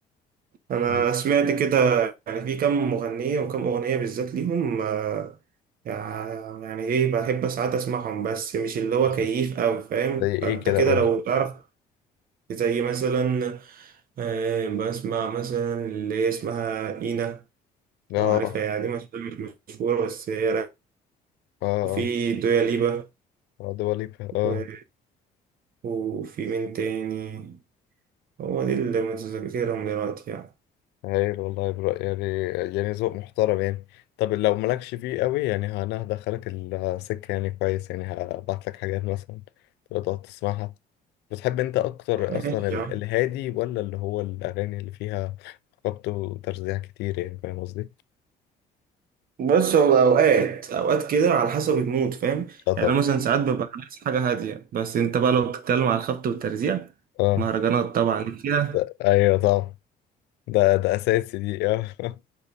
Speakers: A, on the right; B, on the left.
A: أنا
B: ليه؟
A: سمعت كده يعني في كم مغنية وكم أغنية بالذات ليهم آه، يع- يعني إيه بحب ساعات أسمعهم بس مش اللي هو كيف
B: زي
A: أوي فاهم
B: ايه
A: فأنت
B: كده
A: كده
B: قول
A: لو تعرف زي مثلا آه، بسمع مثلا اللي هي اسمها إينا
B: اه
A: لو عارفها يعني دي مش مش مشهورة بس هي
B: اه اه
A: وفي دويا ليبا
B: آه، دواليبا اه
A: و... وفي مين تاني هو دي اللي متذكرهم دلوقتي يعني
B: هايل والله برو يعني يعني ذوق محترم يعني طب لو مالكش فيه قوي يعني ه- انا هدخلك السكة يعني كويس يعني هبعت لك حاجات مثلا تبقى تقعد تسمعها بتحب انت اكتر
A: ماشي
B: اصلا ال-
A: يا عم
B: الهادي ولا اللي هو الاغاني اللي فيها خبط وترزيع كتير يعني فاهم قصدي؟
A: بص هو اوقات اوقات كده على حسب المود فاهم
B: اه طبعا
A: يعني انا مثلا ساعات ببقى عايز حاجه هاديه بس انت بقى لو بتتكلم على الخبط والترزيع
B: اه
A: مهرجانات طبعا ليك فيها
B: ايوه طبعا ده ده اساسي دي اه <laughs>